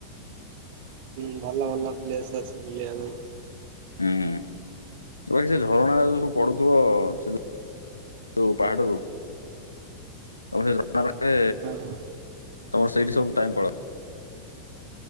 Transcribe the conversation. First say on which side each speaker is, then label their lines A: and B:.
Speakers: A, on the right; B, on the left.
A: ହୁଁ ଭଲ ଭଲ ପ୍ଲେସ ଅଛି ବୁଲିବାମ
B: ହୁଁ ବାକି ସେ ଝରଣା ଯୋଉ ସବୁ ପଡୁଥିବ ସେ ଯୋଉ ପାହାଡରୁ ଆମ ସେ ନରେ
A: ପାଇଁ ହଁ
B: ତମର ସେଇଠି ସବୁ ଟାଇମ ପଡ